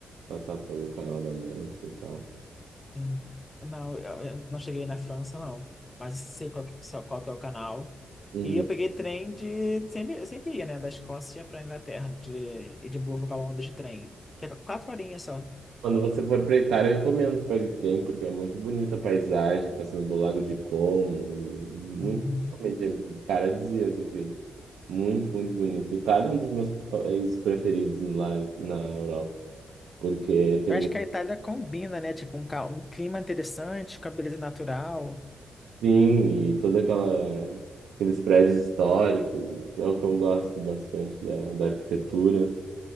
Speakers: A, on the right; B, on the left.
A: passar pelo Canal da Mancha e tal.
B: Hum, Não, eu eu não cheguei na França, não. Mas sei qual que, só qual que é o canal.
A: Uhum.
B: E eu peguei trem de... Sempre, sempre ia, né? Da Escócia para Inglaterra, de Edimburgo para Londres de trem. Que é quatro horinhas só.
A: Quando você for para Itália, eu recomendo que pegue trem, porque é muito bonita a paisagem, passando pelo Lago de Como, e muito,
B: Uhum.
A: realmente, é paradisíaco aquilo. Muito, muito bonito. Itália é um dos meus países preferidos lá na Europa, porque tem
B: Eu acho
A: muito
B: que a Itália combina, né? Tipo, um, ca- um clima interessante com a beleza natural.
A: sim, e toda aquela, aqueles prédios históricos, é o que eu gosto bastante da, da arquitetura.